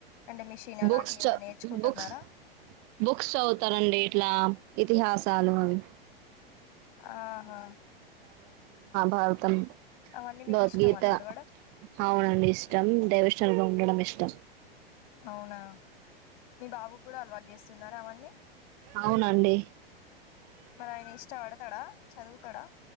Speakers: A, on the left; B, on the right.
A: అంటే మిషన్ అలాంటివి
B: బుక్స్
A: ఏమనా
B: చ
A: నేర్చుకుంటున్నారా
B: బుక్స్ బుక్స్ చదువుతారండి ఇట్లా ఇతిహాసాలు అవి
A: ఆహా
B: భారతం
A: అవన్నీ మీకు
B: భవద్గీత
A: ఇష్టమా చదవడం
B: అవునండి ఇష్టం డైవషనల్ గా ఉండడం ఇష్ <unintelligible>
A: అవునా మీ బాబు కూడా అలవాటు చేస్తున్నార అవన్నీ
B: అవునండి
A: మనయన ఇష్టపడతాడా చదువుతాడా